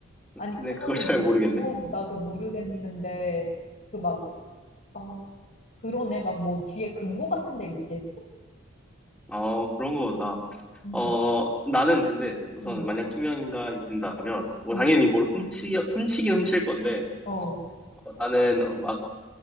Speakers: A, on the left (about 50°); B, in the centre.
A: 아니,
B: 근데
A: 그거는
B: 그걸 잘
A: 뭐,
B: 모르겠네.
A: 그건 나도 모르겠는데, 그 막, 아, 그러네. 막 뭐 뒤에 금고 같은 데 있겠지?
B: 어, 그런 거다.
A: 응,
B: 어, 나는 근데 우선
A: 응,
B: 만약 투명 인간이 된다면, 뭐
A: 응.
B: 당연히 뭘 훔치, 훔치긴 훔칠 건데,
A: 어,
B: 어, 나는 막